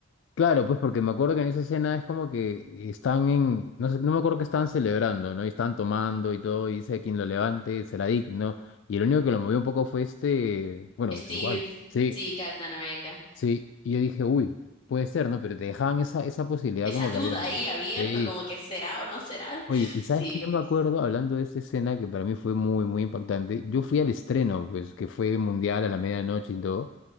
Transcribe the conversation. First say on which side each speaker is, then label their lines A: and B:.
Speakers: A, on the left; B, on the left.
A: Claro, pues porque me acuerdo que en esa escena es como que están en, no sé, no me acuerdo que estaban celebrando, ¿no? Y estaban tomando y todo, y dice quien lo levante será digno. Y el único que lo movió un poco fue este, bueno,
B: Steve,
A: Tal cual. sí,
B: sí, Capitán América.
A: sí. Y yo dije, uy, puede ser, ¿no? Pero te dejaban esa, esa posibilidad
B: Esa
A: como
B: duda
A: que abierta.
B: ahí abierto,
A: Sí.
B: como que será o no será.
A: Oye, y
B: Sí.
A: sabes que yo me acuerdo, hablando de esa escena que para mí fue muy, muy impactante, yo fui al estreno, pues, que fue mundial a la medianoche y todo.